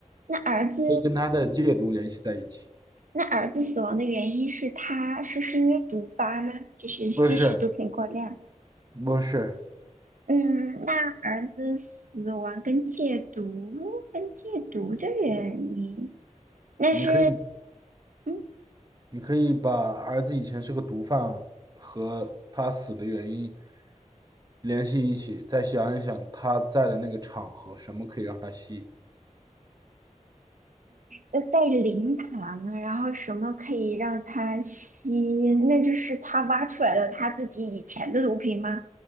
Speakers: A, on the right; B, on the right.
A: 那儿子
B: 可以跟他的戒毒联系在一起。
A: 那儿子死亡的原因是他是是因为毒发吗？就是吸食毒品过量。
B: 不是，不是，
A: 嗯，那儿子死亡跟戒毒跟戒毒的原因，那是
B: 你可以，
A: 嗯
B: 你可以把儿子以前是个毒贩和他死的原因联系一起，再想一想他在的那个场合，什么可以让他吸？
A: 呃在灵堂，然后什么可以让他吸？那就是他挖出来了他自己以前的毒品吗？